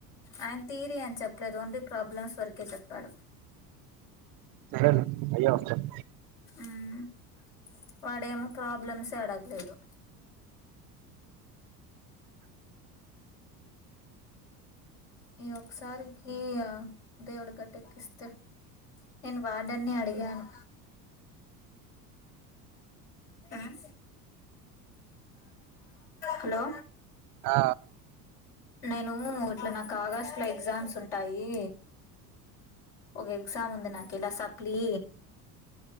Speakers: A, on the left (about 60°); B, on the right (about 45°).
A: ఆయన తీయరి అని చెప్పలేదు. ఓన్లీ ప్రాబ్లమ్స్ వరకే చెప్పాడు.
B: సరేలే అయ్యే వస్తాయి.
A: మ్ వాడేమో ప్రాబ్లమ్సే అడగలేదు. ఈ ఒకసారికి దేవుడు గట్టెక్కిస్తే, నేను వార్డెన్ ని అడిగాను. మ్ హలో
B: ఆ
A: నేను ఇట్ల నాకి ఆగస్ట్ లో ఎగ్జామ్స్ ఉంటాయి. ఓక ఎక్సామ్ ఉంది నాకు ఇలా supply.